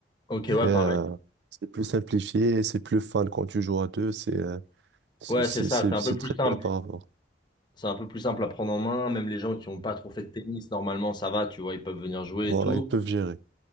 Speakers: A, on the left (about 25°); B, on the right (about 70°).
A: Ok,
B: Et,
A: ouais,
B: euh,
A: pareil.
B: c'est plus simplifié, et c'est plus fun quand tu joues à deux, c'est euh, c'est
A: Ouais,
B: c'est-
A: c'est ça,
B: c'est-
A: c'est un
B: c'est
A: peu plus
B: très
A: simple.
B: bien par rapport.
A: C'est un peu plus simple à prendre en main. Même les gens qui n'ont pas trop fait de tennis, normalement, ça va, tu vois, ils peuvent venir jouer
B: Voilà,
A: et tout.
B: ils peuvent gérer.